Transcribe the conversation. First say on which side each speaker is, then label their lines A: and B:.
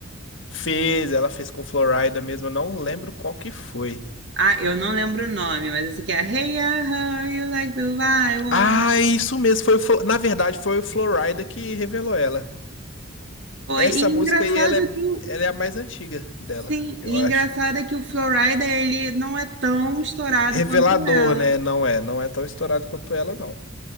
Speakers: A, on the left; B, on the right.
A: Fez, ela fez com Florida mesmo. Eu não lembro qual que foi.
B: Ah, eu não lembro o nome, mas esse aqui é Hey, I heard you like the wild one.
A: Ah, isso mesmo. Foi o Flo- Na verdade, foi o Florida que revelou ela.
B: Foi
A: Essa
B: e engraçado
A: música aí, ela é,
B: que o
A: ela é a mais antiga dela,
B: sim,
A: eu
B: e
A: acho.
B: engraçado é que o Florida ele não é tão estourado
A: Revelador,
B: quanto ela.
A: né? Não é, não é tão estourado quanto ela, não.